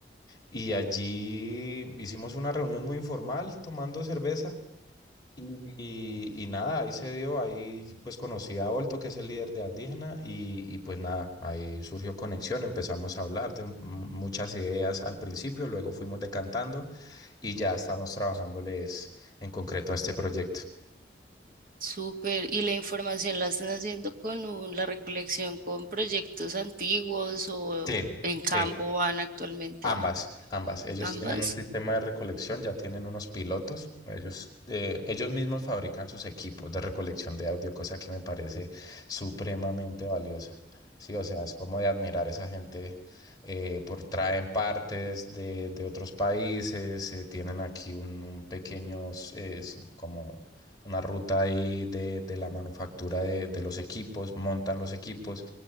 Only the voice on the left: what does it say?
Y allí hicimos una reunión muy informal tomando cerveza y, y nada, ahí se dio, ahí pues conocí a Olto, que es el líder de Andígena, y, y pues nada, ahí surgió conexión, empezamos a hablar de m- muchas ideas al principio, luego fuimos decantando y ya estamos trabajándoles en concreto a este proyecto.
Sí,
sí.
Ambas,
ambas. Ellos
tienen un sistema de recolección, ya tienen unos pilotos. Ellos, eh, ellos mismos fabrican sus equipos de recolección de audio, cosa que me parece supremamente valiosa. Sí, o sea, es como de admirar a esa gente, eh, por traen partes de, de otros países, eh, tienen aquí un, un pequeño, eh, es como una ruta ahí de, de la manufactura de de los equipos, montan los equipos.